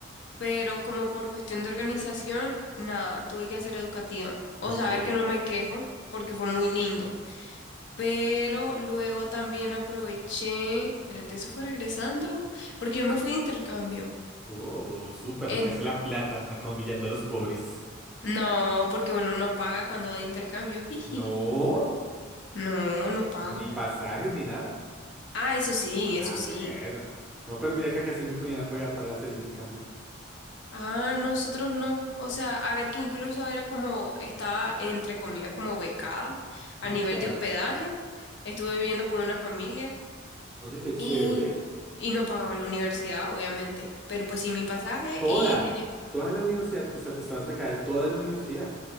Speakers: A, on the left (about 60°); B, in the centre.
A: pero como por cuestión de organización, nada, tuve que hacer educativa. O
B: Ok.
A: saber que no me quejo, porque fue muy lindo. Pero luego también aproveché, espérate, eso fue regresando, porque yo me fui de intercambio.
B: Oh, súper,
A: En-
B: lo que hace la plata, acá humillando a los pobres.
A: No, porque uno no paga cuando va de intercambio. <laughs> jiji.
B: No,
A: No, no paga.
B: ni pasajes ni nada.
A: Ah, eso sí,
B: Ah,
A: eso
B: bueno.
A: sí.
B: No, pero mira que acá sí me ponían a pagar para hacer intercambio.
A: Ah, nosotros no. O sea, a ver que incluso era como, estaba entre comillas como becada
B: Anda.
A: a nivel de hospedaje. Estuve viviendo con una familia
B: Oye, qué chévere.
A: y, y no pagaba la universidad, obviamente. Pero pues sí mi pasaje
B: Toda,
A: y tenía...
B: toda la universidad, o sea, estabas becada de toda la universidad.